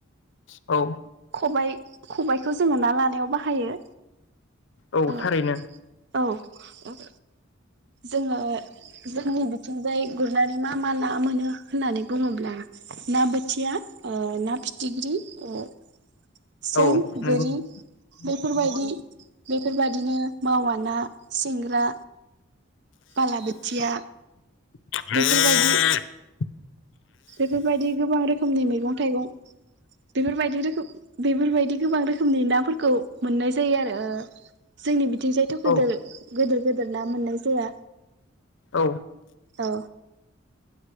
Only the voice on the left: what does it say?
औ
औ
थारैनो।
औ नंगौ
औ
<inaudible>
औ
औ।